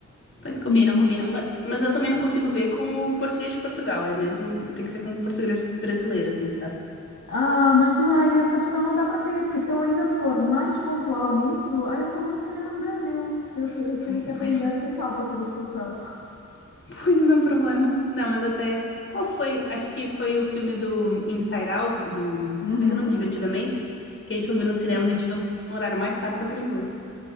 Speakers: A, on the left; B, on the left.
A: Pois combina,
B: E,
A: combina. Ma- Mas eu também não consigo ver com o português de Portugal. É mesmo. Tem que ser com o português brasileiro, assim, sabe?
B: ah, mas não, aí essa opção não dá para ter, porque se eu ainda for mais pontual nisso, aí eu só vou no cinema no Brasil. Eu, eu
A: <laughs>
B: tive que aprender
A: Pois,
B: a aceitar o português de Portugal.
A: pois é um problema. Não, mas até. Qual foi? Acho que foi o filme do Inside Out, do. Como
B: Uhum.
A: é que é o nome? Divertidamente? Que a gente foi ver no cinema, a gente viu no horário mais tarde só pra ver inglês.